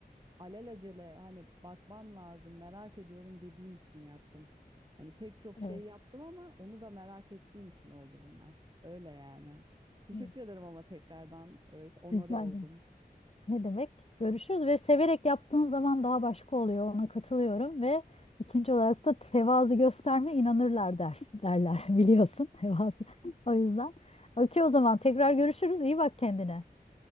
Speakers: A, on the right; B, on the left.
A: alelacele hani bakmam lazım, merak ediyorum dediğim için yaptım. Hani pek çok şey
B: Evet.
A: yaptım ama onu da merak ettiğim için oldu bunlar. Öyle yani. Teşekkür
B: evet.
A: ederim ama tekrardan e, şey- onore
B: Rica
A: oldum.
B: ederim. Ne demek? Görüşürüz ve severek yaptığın zaman daha başka oluyor. Ona katılıyorum ve ikinci olarak da tevazu gösterme inanırlar dersi derler <laughs> biliyorsun tevazu. O yüzden. Okey o zaman tekrar görüşürüz. İyi bak kendine.